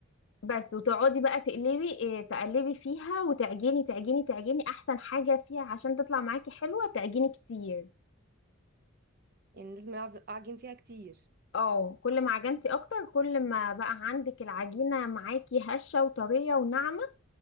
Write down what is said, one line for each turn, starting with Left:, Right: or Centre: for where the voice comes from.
Left: بس وتقعدي بقى تقلبي إيه، تقلبي فيها وتعجني تعجني تعجني احسن حاجة فيها عشان تطلع معاكي حلوة تعجني كتير
Right: يعني لازم اعجن فيها كتير
Left: اه كل ما عجنتي اكتر كل ما بقى عندك العجينة معاكي هشة وطرية وناعمة